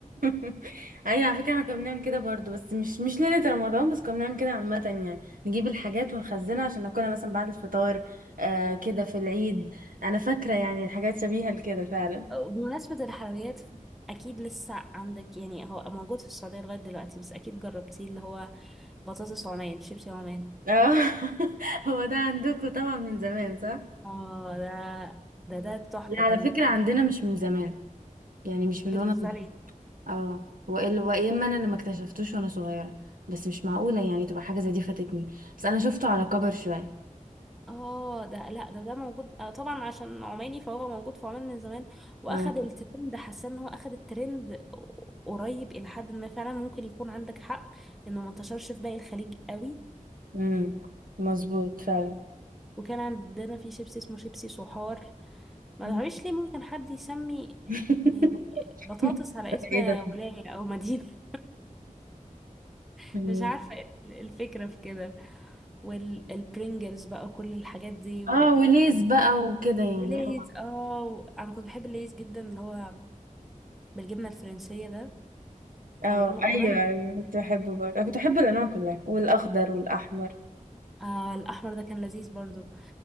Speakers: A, on the right; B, in the centre.
A: <laughs> ايوه على فكره احنا كنا بنعمل كده برضو بس مش مش ليله رمضان بس كنا بنعمل كده عامه يعني نجيب الحاجات ونخزنها عشان ناكلها مثلا بعد الفطار آه كده في العيد انا فاكره يعني حاجات شبيهه لكده فعلا
B: بمناسبة الحلويات اكيد لسه عندك يعني هو موجود في السعودية لغاية دلوقتي بس اكيد جربتيه اللي هو بطاطس عمان شيبسي عمان
A: اه <laughs> هو ده عندكم طبعا من زمان صح
B: اه ده ده ده تحفة
A: لا على
B: كان
A: فكره عندنا مش من زمان يعني مش من
B: بتهزري
A: وانا طفل اه وإلا وإيه اما انا اللي ما اكتشفتوش وانا صغيره بس مش معقوله يعني تبقى حاجه زي دي فاتتني بس انا شفته على كبر شويه
B: اه ده لا ده ده موجود آه طبعا عشان عماني فهو موجود في عمان من زمان واخد
A: اه
B: الترند حاسه ان هو اخد الترند قريب الى حد ما فعلا ممكن يكون عندك حق انه ما انتشرش في باقي الخليج قوي
A: امم مظبوط فعلا
B: وكان عندنا في شيبسي اسمه شيبسي صحار ما
A: مم.
B: تعرفش ليه ممكن حد يسمي
A: <laughs>
B: يعني بطاطس على اسم
A: ايه ده
B: ولاية او مدينة <laughs>
A: مم.
B: مش عارفة ايه الفكرة في كده والبرينجلز بقى كل الحاجات دي
A: اه وليز بقى وكده يعني
B: وليز
A: اه
B: اه انا كنت بحب الليز جدا اللي هو بالجبنه الفرنسيه ده كان
A: اه
B: لونه اورنج
A: ايوه ايوه كنت بحبه برضه انا كنت بحب الانواع كلها والاخضر والاحمر
B: آه الاحمر ده كان لذيذ برضو